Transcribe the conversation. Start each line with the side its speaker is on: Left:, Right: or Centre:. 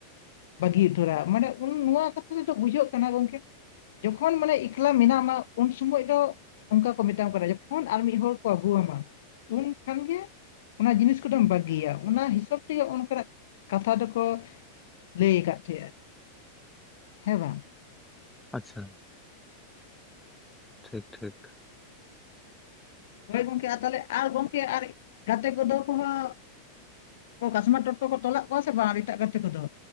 Left: ᱵᱟᱹᱜᱤ ᱩᱛᱟᱹᱨᱟ ᱢᱟᱱᱮ ᱩᱱ ᱱᱚᱣᱟ ᱠᱟᱛᱷᱟ ᱛᱮᱫᱚ ᱵᱩᱡᱷᱟᱹᱜ ᱠᱟᱱᱟ ᱜᱚᱝᱠᱮ ᱡᱚᱠᱷᱚᱱ ᱢᱟᱱᱮ ᱮᱠᱞᱟ ᱢᱮᱱᱟᱢᱟ ᱩᱱ ᱥᱚᱢᱚᱭ ᱫᱚ ᱚᱱᱠᱟ ᱠᱚ ᱢᱮᱴᱟᱢ ᱠᱟᱱᱟ ᱡᱚᱠᱷᱚᱱ ᱟᱨ ᱢᱤᱫ ᱦᱚᱲ ᱠᱚ ᱟᱹᱜᱩ ᱟᱢᱟ ᱩᱱ ᱠᱷᱟᱱᱜᱮ ᱚᱱᱟ ᱡᱤᱱᱤᱥ ᱠᱚ ᱫᱚᱢ ᱵᱟᱹ- ᱜᱤᱭᱟ ᱚᱱᱟ ᱦᱤᱥᱟᱹᱵ ᱛᱮᱜᱮ ᱚᱱᱠᱟᱱᱟᱜ ᱠᱟᱛᱷᱟ ᱫᱚᱠᱚ ᱞᱟᱹᱭ ᱟᱠᱟᱫ <unintelligible> ᱦᱮᱸᱵᱟᱝ
Centre: ᱟᱪᱪᱷᱟ ᱴᱷᱤᱠ ᱴᱷᱤᱠ
Left: ᱦᱚᱭ ᱜᱚᱝᱠᱮ ᱟᱨ ᱛᱟᱦᱚᱞᱮ ᱟᱨ ᱜᱚᱢᱠᱮ ᱟᱨ ᱜᱟᱛᱮ ᱠᱚᱫᱚ ᱠᱚᱦᱚᱸ ᱠᱟᱥᱢᱟᱨ ᱴᱚᱴᱠᱚ ᱠᱚ ᱛᱚᱞᱟᱜ ᱠᱚᱣᱟ ᱥᱮ ᱵᱟᱝ ᱮᱴᱟᱜ ᱜᱟᱛᱮ ᱠᱚᱫᱚ